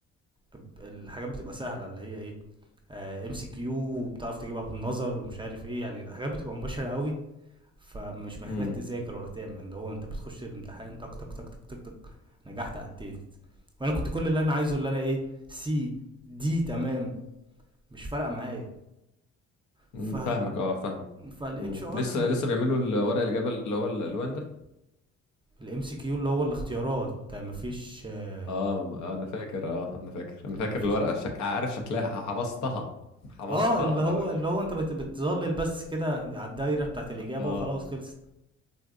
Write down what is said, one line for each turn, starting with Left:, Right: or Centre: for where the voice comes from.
Right: ب- الحاجات بتبقى سهله اللي هي ايه ام سي كيو وبتعرف تجيبها بالنظر ومش عارف ايه يعني الحاجات بتبقى مباشره قوي فمش محتاج
Left: امم
Right: تذاكر ولا تعمل ده هو انت بتخش الامتحان تك تك تك تك تك تك نجحت عديت وانا كنت كل اللي انا عايزه اللي انا ايه سي دي تمام مش فارقه معايا
Left: أمم،
Right: ف
Left: فاهمك اه فاهمك
Right: فالاتش
Left: امم
Right: ار
Left: لسه لسه بيعملوا الورق الاجابه اللي هو الالوان ده
Right: الام سي كيو اللي هو الاختيارات مفيش آه،
Left: اه م- آه، انا فاكر اه انا فاكر انا فاكر
Right: مفيش
Left: الورقه شك... عارف شكلها ح- حفظتها حفظتها
Right: اه اللي
Left: الورقه
Right: هو
Left: دي
Right: اللي هو انت بت- بتظلل بس كده على الدايره بتاعت الاجابه
Left: اه
Right: وخلاص خلصت